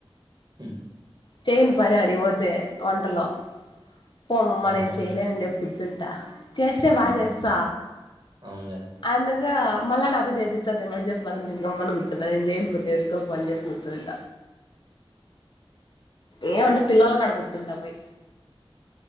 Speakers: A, on the right; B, on the left.
A: హు
B: చేయను పని ఆడికి పోతే వంటలు పో అమ్మమ్మ నేను
A: ఆ
B: చేయలేను అని చెప్పి కూర్చుంట ట చేస్తే బాగా
A: ఉహు
B: చేస్తా
A: అవునులే
B: అందుకు మల్ల నా చూపిస్తాది ఏమో అని చెప్పి మల్లా నేను గమ్మున కూ నేను చెయ్యను పో చేసుకోపో అని చెప్పి కూర్చుంట ఏమ అంటే పిల్లలా కాడ కూర్చు కూర్చుంటా పోయి